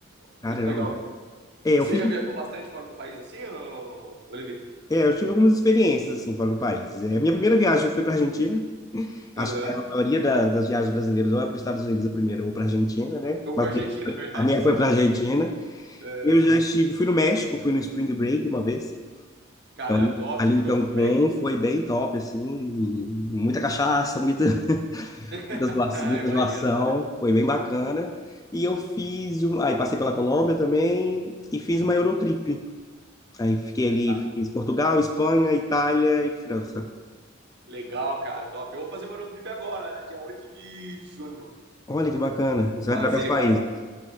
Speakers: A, on the right (about 55°); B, on the left (about 15°).
A: Muito
B: Caramba.
A: legal mesmo.
B: É, eu
A: Você
B: fico.
A: já viajou bastante fora do país assim, ô, Olivier?
B: É, eu tive algumas experiências assim fora do país. É, a minha primeira viagem foi para Argentina. Acho
A: Aham.
B: que a maioria da- das viagens brasileiras ou é para os Estados Unidos a primeira ou para Argentina, né?
A: Ou
B: Mas
A: pra Argentina, na verdade.
B: a minha
A: <laughs>
B: foi para Argentina.
A: É.
B: Eu já estive, fui no México, fui no Spring Break uma vez.
A: Cara,
B: Então
A: é top.
B: ali
A: Você pegou
B: em Cancún
A: o spring break?
B: foi bem top assim, muita cachaça, muita
A: <laughs>
B: muita zoação, muita
A: Imagina.
B: zoação, foi bem bacana. E eu fiz, um, aí passei pela Colômbia também e fiz uma Eurotrip. Aí fiquei ali,
A: Tá.
B: fiz Portugal, Espanha, Itália e França.
A: Legal, cara, top. Eu vou fazer uma road trip agora, dia 8 de junho.
B: Olha que bacana.
A: Vou
B: Você
A: fazer,
B: vai para quais países?
A: cara.